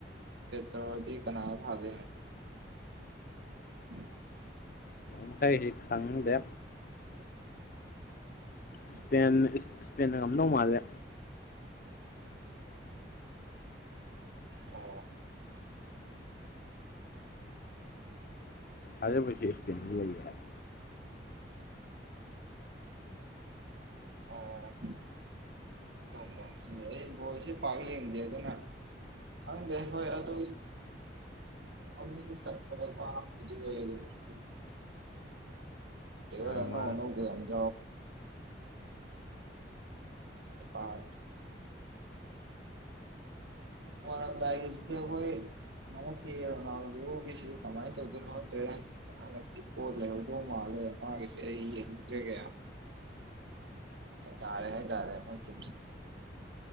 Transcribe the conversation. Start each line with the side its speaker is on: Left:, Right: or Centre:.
Right: ꯆꯇ꯭ꯔꯗꯤ ꯏ ꯀꯅꯥ ꯍꯕꯅ ꯎꯝ
Left: ꯝꯈꯩ ꯍꯦꯛ ꯈꯪꯗꯦ
Right: <unintelligible>
Left: ꯏꯁꯄ ꯏꯁꯄꯦꯟꯗ ꯉꯝꯗꯧ ꯃꯥꯜꯂꯦ
Right: ꯍꯣꯏ
Left: ꯁꯥꯔꯦ ꯁꯦꯁ ꯇ ꯂꯩ ꯍꯥꯏꯔ
Right: ꯑꯥ ꯑꯩ ꯣꯁꯤ ꯄꯥꯎ ꯌꯦꯡꯡꯗꯦ ꯑꯗꯨꯣꯅ ꯍꯪꯒꯦ ꯍꯣꯏ ꯑꯗꯨ ꯑꯗꯨ <unintelligible> ꯅ
Left: ꯃꯥꯅꯦ
Right: ꯅ
Left: ꯃꯥꯅꯦ
Right: ꯀ ꯋꯥꯔ ꯗꯏꯁꯤꯣꯏ ꯅꯅꯛꯀꯤ ꯅꯥꯟ ꯂꯒꯤꯁꯤ ꯀꯃꯥꯏꯅ ꯇꯧꯗꯣꯏꯅꯣꯗ꯭ꯔꯦ ꯍꯛꯇꯤ ꯀꯣꯠꯂꯦ ꯍꯧꯗꯣ ꯃꯥꯜꯂꯦ ꯃꯥꯁꯦ ꯑꯩꯉꯗ꯭ꯔꯦꯒꯌꯥ ꯇꯥꯔꯦ ꯍ ꯇꯥꯔꯦ ꯃꯣꯏꯁꯤ